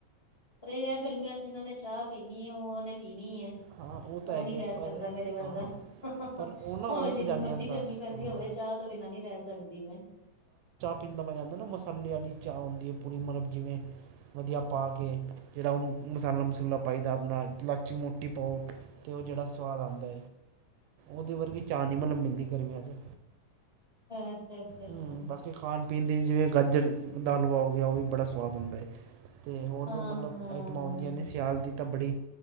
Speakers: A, on the left; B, on the right.
A: ਪਰ ਏ ਆ ਗਰਮੀਆਂ ਚ ਜਿਨਾਂ ਨੇ ਚਾ ਪੀਨੀ ਐ ਓ ਓਨੇ ਪੀਨੀ ਐ।
B: ਹਾਂ ਉਹ ਤਾਂ
A: ਓ
B: ਹੈਗੀ
A: ਨਈਂ ਰੈ
B: ਆ
A: ਸਕਦਾ
B: ਪਰ
A: ਮੇਰੇ ਵਰਗਾ
B: ਹਾਂ ਹਾਂ
A: ਆ,
B: ਪਰ ਉਹ ਨਾ
A: ਭਾਵੇਂ
B: ਉਹ ਮਜ਼ਾ
A: ਜਿੰਨੀ
B: ਨਹੀਂ
A: ਮਰਜ਼ੀ
B: ਆਉਂਦਾ
A: ਗਰਮੀ ਪੈਂਦੀ
B: ਹਾਂ
A: ਹੋਵੇ ਚਾ ਤੋਂ ਬਿਨਾਂ ਨੀ ਰੈ ਸਕਦੀ ਮੈਂ।
B: ਪਿੰਡ ਮੈਂ ਜਾਂਦਾ ਨਾ ਮਸਾਲੇ ਵਾਲੀ ਚਾਅ ਹੁੰਦੀ ਐ ਪੂਰੀ ਮਤਲਬ ਜਿਵੇਂ ਵਦੀਆ ਪਾ ਕੇ ਜੇੜਾ ਓ ਮਸਾਲਾ ਮਸੂਲਾ ਪਾਈਦਾ ਆਪਨਾ ਲਾਚੀ ਮੋ ਟੀ ਪਾਓ, ਓ ਜੇੜਾ ਸੁਵਾਦ ਆਂਦਾ ਓਦੇ ਵਰਗੀ ਚਾਅ ਨੀ ਮਤਲਬ ਮਿਲਦੀ ਗਰਮੀਆਂ ਚ,
A: ਅੱਛਾ ਅੱਛਾ ਅੱਛਾ
B: ਹੂੰ ਬਾਕੀ ਖਾਨ ਪੀਨ ਦੀ ਜਿਵੇਂ ਗਾਜਰ ਦਾ ਹਲਵਾ ਹੋ ਗੇਆ ਓ ਵੀ ਬੜਾ ਸਵਾਦ ਹੁੰਦਾ ਏ। ਤੇ ਹੋਰ
A: ਹਾਂ
B: ਵੀ ਮਤਲਬ
A: ਹਾਂ
B: ਆਈਟਮਾਂ ਹੁੰਦੀਆਂ ਨੇ ਸਿਆਲ ਦੀ ਤਾ ਬੜੀ